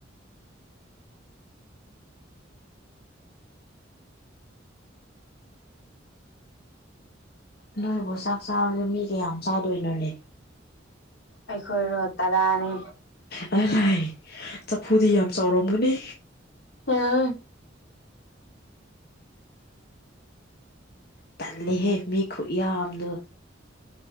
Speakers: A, on the left; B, on the left.
A: ꯅꯣꯏꯕꯨ ꯆꯥꯛ ꯆꯥꯔꯁꯦ ꯃꯤ ꯀꯌꯥꯝ ꯆꯥꯗꯣꯏꯅꯣꯅꯦ
B: ꯑꯩꯈꯣꯏꯔꯣ ꯇꯔꯥꯅꯤ
A: ꯑ ꯂꯥꯏ ꯆꯐꯨꯗꯤ ꯌꯥꯝ ꯆꯥꯎꯔꯝꯒꯅꯤ
B: ꯑꯝ
A: ꯇꯜꯂꯦꯍꯦ ꯃꯤ ꯈꯨꯠ ꯌꯥꯝꯗꯣ